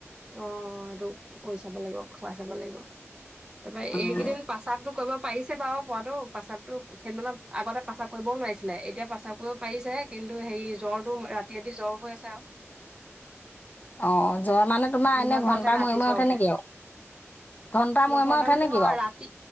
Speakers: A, on the right (about 20°); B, on the left (about 35°).
A: অ এইেইটো কৰিৈ চাব লাগিব খুৱাই চাব লাগিব তাৰ পৰাৰা
B: উম,
A: এইকেইদিন প্ৰস্ৰাৱটোো কৰিব পাৰিছে বাৰু পাতটো প্ৰসাৱতো সানপ আগতে প্ৰসাৱ কৰিবও নোৱাৰিছিলে এতিয়া প্ৰসাৱ কৰিব পাৰিছে কিন্তু টো হেৰি জ্বৰটো ৰাতি ৰাদি জ্বৰ হৈ আছে আৰু
B: অঁ যোৱা মানে তোমাৰ
A: দিনত
B: এনেই
A: ভাল
B: ঘণ্টা
A: থাকে ৰাতি
B: মৰিমৰে
A: জ্বৰ
B: উঠে নেকি আৰু ঘণ্টা মৰিমৰে
A: ঘন্টা
B: উঠে
A: মানে
B: নেকি
A: নহয়
B: বাৰু
A: ৰাতি